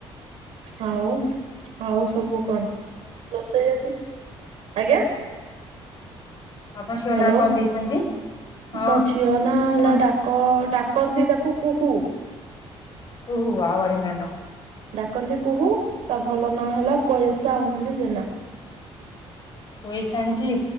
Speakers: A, on the right; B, on the left.
A: ଆଉ ଆଉ ସବୁ କଣ ରଷେଇ ଆଜି ଆଜ୍ଞା?
B: ଆପଣ ଝିଅ
A: ହ୍ୟାଲୋ,
B: ନାଁ କଣ ଦେଇଛନ୍ତି ହଁ
A: ମୋ ଝିଅ ନାଁ ହେଲା
B: କଣ
A: ଡ଼ା କ ଡାକନ୍ତି ତାକୁ କୁହୁ।
B: କୁହୁ ୱାଉ ବଢ଼ିଆ ନାଁଟା।
A: ଡାକନ୍ତି କୁହୁ, ତା ଭଲ ନାଁ ହେଲା କଏଲ୍ସା ଅଞ୍ଜଲି ଜେନା।
B: କୋଏସା ଅଞ୍ଜଲି